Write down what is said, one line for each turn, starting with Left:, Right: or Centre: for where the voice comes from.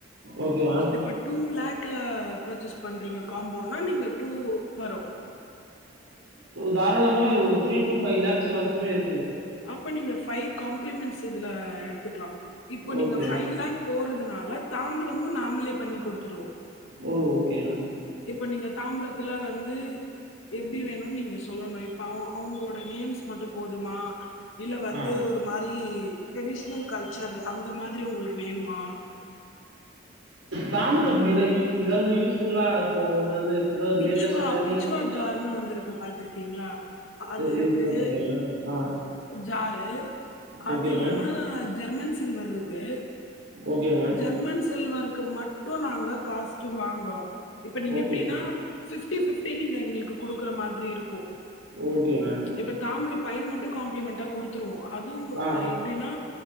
Right: okay ma'am.
Left: இப்ப டூ லேக் க்லா பர்ச்சேஸ் பண்றீங்க காம்போனா நீங்க டூ வரும்
Right: தாராளமே த்ரீ டூ ஃபைவ் லேக்ஸ் வரைக்குமே இரு
Left: அப்ப நீங்க இஃ பைவ் காப்ளிமெண்ட்ஸ் இதுல எடுத்துக்கலாம் இப்போ நீங்க
Right: ஓகே
Left: ஃபைவ்
Right: மேம்.
Left: லேக் போடறதுனால இதுல தாம்பூலமு நாமளே பண்ணி கொடுத்துடுவோம்
Right: ஓ ஓகே மேம்
Left: இப்ப நீங்க தாம்பளத்துல வந்து எப்டி வேணும்னு நீங்க சொல்லணும் இப்ப அவங்களோட நேம்ஸ் மட்டும் போதுமா இல்ல வந்து
Right: ஆ.
Left: ஒரு மாறி ட்ரெடிஷனல் கல்ச்சர் அந்த இந்த மாதிரி உங்களுக்கு வேணுமா
Right: தாம்பூல பையில ஏதாவது யூஸ்புல்லா இப்போ என்னது ஏதாவது
Left: பிச்சுவா
Right: லேட்டஸ்டா ட்ரெண்டிங்ல
Left: பிச்சுவா
Right: இருக்க
Left: ஜார்ன்னு வந்துருக்கு பாத்திருக்கீங்களா அது இருக்கு
Right: எனக்கு தெரியலங்க மேம் ஆ
Left: ஜாரு
Right: ஓகே
Left: அது இல்லன்னா
Right: மேம்
Left: ஜெர்மன் சில் வர் இருக்கு
Right: ஓகே மேம்
Left: ஜெர்மன் சில்வர் க்கு மட்டும் நாங்க காஸ்ட் வாங்குறோம் இப்ப நீங்க
Right: ஓகே
Left: எப்டினா
Right: மேம்
Left: பிஃப்டி பிஃப்டி நீங்க எங்களுக்கு குடுக்கற மாதிரி இருக்கும்
Right: ஓகே மேம்
Left: இப்ப தாம்பூல பை மட்டும் காம்ப்ளிமெண்டா குடுத்துருவோம் அதுவும்
Right: ஆ
Left: எப்டின்னா